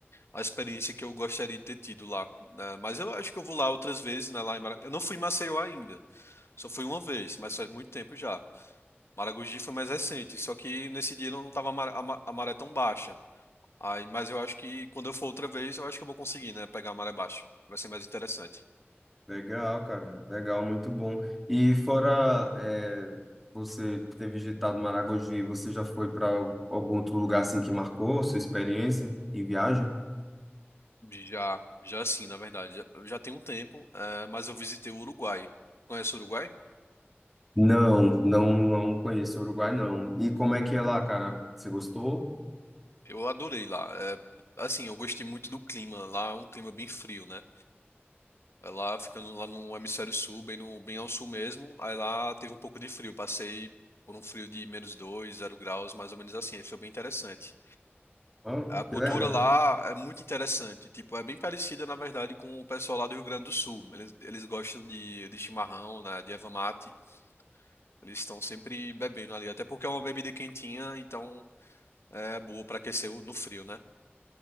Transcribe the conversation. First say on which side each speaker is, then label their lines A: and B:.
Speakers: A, on the left (about 75°); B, in the centre.
A: a experiência que eu gostaria de ter tido lá, né? Mas eu acho que eu vou lá outras vezes, né, lá em Mara... Eu não fui em Maceió ainda. Só fui uma vez, mas faz muito tempo já. Maragogi foi mais recente, só que nesse dia não tava a mar- a ma- a maré tão baixa. Aí, mas eu acho que quando eu for outra vez, eu acho que eu vou conseguir, né? Pegar a maré baixa. Vai ser mais interessante.
B: legal, cara. Legal, muito bom. E fora, é, você ter visitado Maragogi, você já foi para algum outro lugar assim que marcou sua experiência em viagem?
A: Já, já sim, na verdade. Já, já tem um tempo, eh, mas eu visitei o Uruguai. Conhece o Uruguai?
B: Não, não, não conheço o Uruguai, não. E como é que é lá, cara? Você gostou?
A: Eu adorei lá. Eh, assim, eu gostei muito do clima. Lá é um clima bem frio, né? Aí lá, ficando lá no hemisfério sul, bem, no, bem ao sul mesmo, aí lá teve um pouco de frio. Passei por um frio de menos dois zero graus, mais ou menos assim. aí Foi bem interessante.
B: Ah,
A: A cultura
B: que legal.
A: lá é muito interessante. Tipo, é bem parecida, na verdade, com o pessoal lá do Rio Grande do Sul. Eles, eles gostam de, de chimarrão, né, de erva mate. Eles estão sempre bebendo ali, até porque é uma bebida quentinha, então é boa para aquecer o- no frio, né?